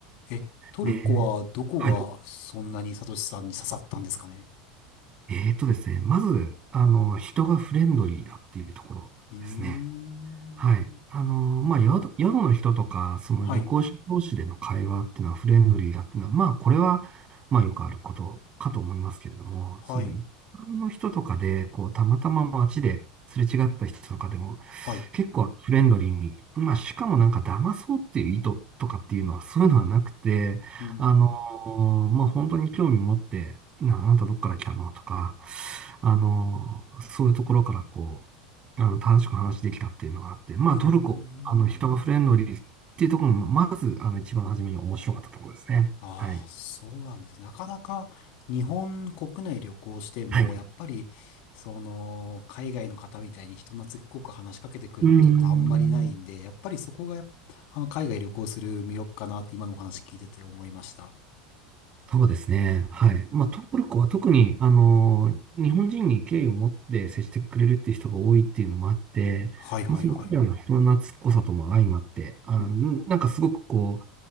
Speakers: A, on the left (about 60°); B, on the right (about 30°).
A: え、トルコはどこがそんなにサトシさんに刺さったんですかね
B: で、はい。えーとですね、まず、あの、人がフレンドリーだっていうところですね。
A: うーん。
B: はい。あのーまあ、宿、宿の人とか、その旅行者同士での会話っていうのはフレンドリーだっていうのは、
A: はい、
B: まあ、これは、まあ、よくあることかと思いますけれども、
A: はい、
B: その一般の人とかで、こう、たまたま街ですれ違った人とかでも、
A: はい。
B: 結構フレンドリーに、まあ、しかもなんか騙そうっていう意図とかっていうのは、そういうのはなくて、
A: うーん。
B: あのーまあ、本当に興味持って、な、あなたどっから来たのとか、あのーそういうところからこう、あの、楽しく話できたっていうのがあって、まあ、
A: うーん。
B: トルコ、あの、人がフレンドリーっていうところも、まず、あの、一番初めに面白かったところですね。
A: ああ、
B: はい。
A: そうなんです。なかなか日本国内旅行しても、
B: はい。う
A: やっぱり、その、海外の方みたいに人懐っこく話しかけてくることってあんまりないんで、
B: ーん。
A: やっぱりそこがやっぱ、あの、海外旅行する魅力かなって今のお話聞いてて思いました。
B: そうですね。はい。
A: うん
B: まあ、トルコは特に、あの、日本人に敬意を持って接してくれるっていう人が多いっていうのもあって、
A: はいはいはい。
B: もうその彼らの人の懐っこさとも相まって、あの、
A: うん
B: なんかすごくこ